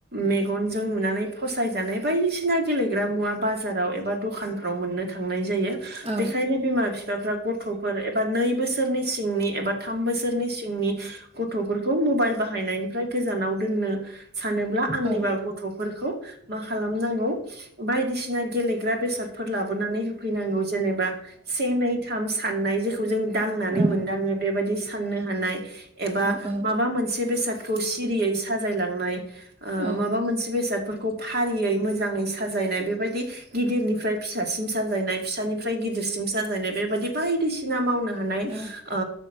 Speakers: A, on the right; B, on the right.
A: मेगनजों नुना नै फसायजानाय बायदिसिना गेलेग्रा मुवा बाजाराव एबा दखानफ्राव मोननो थांनाय जायो
B: औ
A: बेखायनो बिमा बिफाफ्रा गथ'फोर एबा नै बोसोरनि सिंनि एबा थाम बोसोरनि सिंनि गथ'फोरखौ मबाइल बाहायनाय फ्राय गोजानाव दोननो सानोब्ला आंनिब्ला
B: औ
A: गथ' फोरखौ मा खालामनांगौ बायदिसिना गेलेग्रा बेसादफोर लाबोनानै होफैनांगौ जेनेबा से नै थाम साननाय जेखौ खौ जों दांनानै
B: औ
A: मोनदाङो बेबायदि साननो हानाय एबा
B: औ
A: माबा मोनसे बेसाद खौ सिरियै साजायलांनाय ओ
B: औ
A: माबा मोनस बेसादफोरखौ फारियै मोजाङै साजायनाय बेबायदि गिदिरनिफ्राय फिसासिम साजायनाय फिसानि फ्राय गिदिरसिम साजायनाय बेबायदि बायदिसिना मावनो हानाय
B: औ
A: ओ